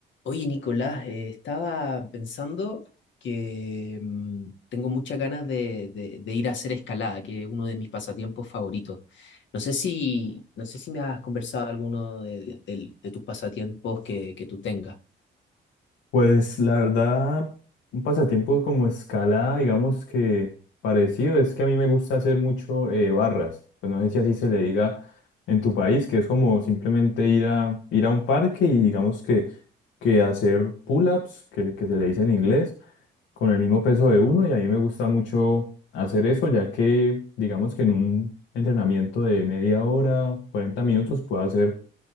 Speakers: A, on the left; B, on the left.
A: Oye, Nicolás, eh, estaba pensando que mm, tengo muchas ganas de, de- de ir a hacer escalada, que es uno de mis pasatiempos favoritos. No sé si, no sé si me has conversado alguno de, de- del- de tus pasatiempos que, que tú tengas.
B: Pues la verdad, un pasatiempo como escalada, digamos que parecido, es que a mí me gusta hacer mucho eh, barras. Pues no sé si así se le diga en tu país, que es como simplemente ir a, ir a un parque y digamos que, que hacer pull-ups, que, que se le dice en inglés, con el mismo peso de uno. Y a mí me gusta mucho hacer eso, ya que digamos que en un entrenamiento de media hora, 40 minutos, puedo hacer,